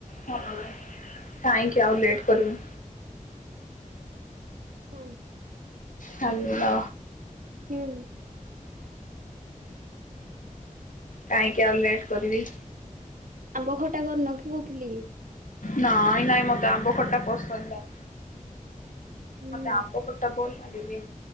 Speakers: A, on the left (about 70°); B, on the right (about 75°).
A: ହଁ ପା ବେ କାଇଁକି ଆଉ ଲେଟ୍ କରିମି।
B: ହୁଁ।
A: ହାଲ।
B: ହୁଁ।
A: କାଇଁକି ଆଉ ଲେଟ୍ କରିବି?
B: ଆମ୍ବ ଖଟା କରିନ କି କରିଥିଲେ କି?
A: ନାଇଁ ନାଇଁ ମତେ ଆମ୍ବ ଖଟା ପସନ୍ଦ ନାଇଁ
B: ହୁଁ।
A: ମତେ ଆମ୍ବ ଖ ଖଟା ଭଲ ଲାଗି <unintelligible>